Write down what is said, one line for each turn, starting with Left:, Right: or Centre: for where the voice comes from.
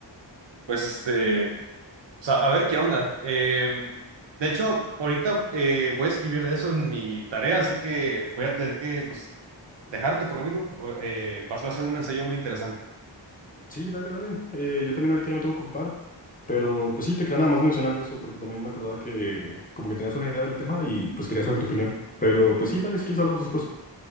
Right: Pues, este... O sea, a ver qué onda. Eh, de hecho, ahorita eh, voy a escribir de eso en mi tarea, así que voy a tener que pues, dejarte por lo mismo. O, eh, vas va a ser un ensayo muy interesante.
Left: Sí, dale, dale. Eh, yo también ahorita ya me tengo que ocupar, pero pues sí, te quería nada más mencionar de eso porque también me acordaba que como que tenías una idea del tema y pues quería saber tu opinión. Pero pues sí, dale, si quieres hablamos después.